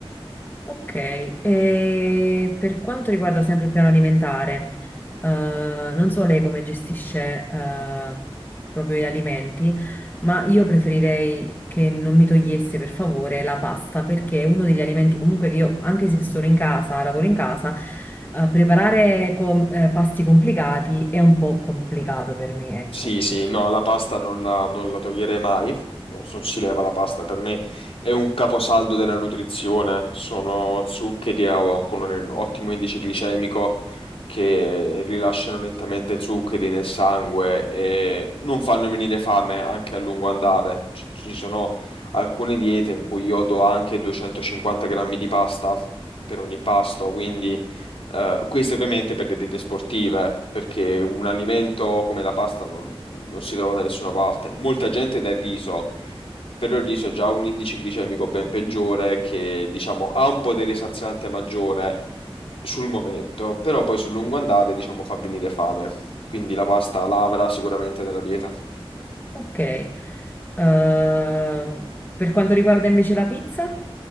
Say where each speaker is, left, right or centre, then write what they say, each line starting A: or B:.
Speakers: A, on the left; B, on the left.
A: Ok, e per quanto riguarda sempre il piano alimentare, eh, non so lei come gestisce, eh, proprio gli alimenti, ma io preferirei che non mi togliesse per favore la pasta, perché è uno degli alimenti comunque che io, anche se sono in casa, lavoro in casa, eh, preparare com- eh, pasti complicati è un po' complicato per me, ecco,
B: Sì, sì,
A: per favore.
B: no, la pasta non la, non la toglierei mai, non, non si leva la pasta, per me è un caposaldo della nutrizione, sono zuccheri a- con un ottimo indice glicemico che rilasciano lentamente zuccheri nel sangue e non fanno venire fame anche a lungo andare. Ci ci sono alcune diete in cui io do anche 250 grammi di pasta per ogni pasto, quindi... Eh, questo ovviamente per le diete sportive, perché un alimento come la pasta non, non si trova da nessuna parte. Molta gente dà il riso, però il riso ha già un indice glicemico ben peggiore che, diciamo, ha un potere saziante maggiore sul momento, però poi sul lungo andare, diciamo, fa venire fame. Quindi la pasta lavora sicuramente nella dieta.
A: Ok, Ehm, per quanto riguarda invece la pizza?